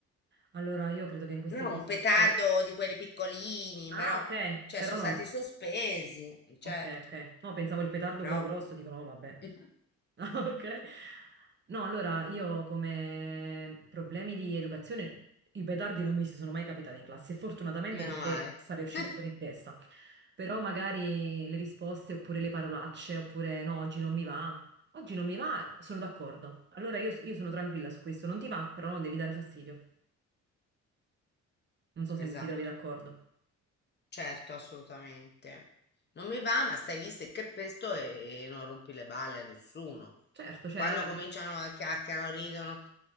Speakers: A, on the right; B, on the left.
A: Allora, io credo che in queste
B: No, un
A: situazioni...
B: petardo di quelli piccolini,
A: Ah,
B: però,
A: ok,
B: cioè,
A: però
B: sono
A: non...
B: stati sospesi, certo,
A: Ok, ok. No, pensavo il petardo
B: però
A: quello grosso, dico no, vabbè.
B: <laughs>
A: <laughs> Ah, ok. No, allora, io come problemi di educazione, i petardi non mi si sono mai capitati in classe, fortunatamente
B: Meno
A: perché
B: male.
A: sarei
B: <laughs>
A: uscita fuori di testa. Però magari le risposte oppure le parolacce, oppure no, oggi non mi va. Oggi non mi va, sono d'accordo. Allora io, io sono tranquilla su questo, non ti va, però non devi dare fastidio. Non so se
B: Esatto,
A: ti trovi d'accordo.
B: certo, assolutamente. Non mi va, ma stai lì stai che pesto e, e non rompi le balle a nessuno.
A: Certo, cioè...
B: Quando cominciano a chiacchierano, ridono,